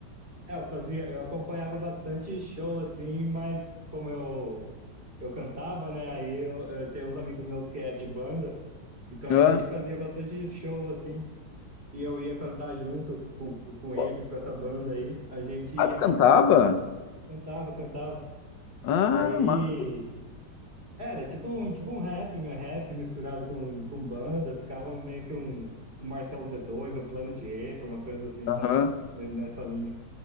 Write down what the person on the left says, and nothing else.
<laughs>
é.
Pô,
Ah,
tu cantava?
Ah,
massa.
Aham.